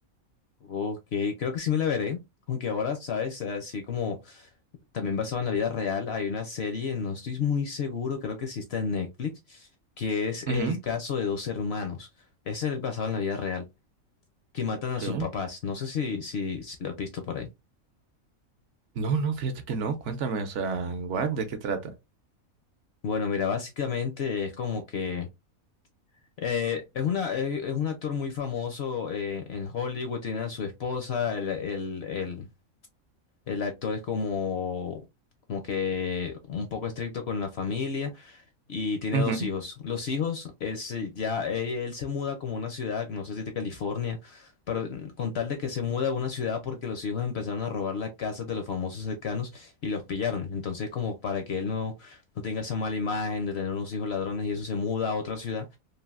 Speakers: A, on the left; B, on the right.
A: Ok, creo que sí me la veré. Aunque ahora, sabes, así como también basado en la vida real, hay una serie, no estoy muy seguro, creo que sí está en Netflix, que es
B: Ujú.
A: el caso de dos hermanos. Es el basado en la vida real, que matan a
B: ¿Qué?
A: sus papás. No sé si, si, si lo has visto por ahí.
B: No, no, fíjate que no. Cuéntame, o sea, what, ¿de qué trata?
A: Bueno, mira, básicamente es como que eh, es una, eh, es un actor muy famoso eh, en Hollywood, tiene a su esposa, el, el, el el actor es como como que un poco estricto con la familia. y tiene
B: Ujú,
A: dos hijos. Los hijos es eh, ya eh, él, se muda como a una ciudad, no sé si de California, pero mm, con tal de que se muda a una ciudad porque los hijos empezaron a robar las casas de los famosos cercanos y los pillaron. Entonces, como para que él no, no tenga esa mala imagen de tener unos hijos ladrones y eso se muda a otra ciudad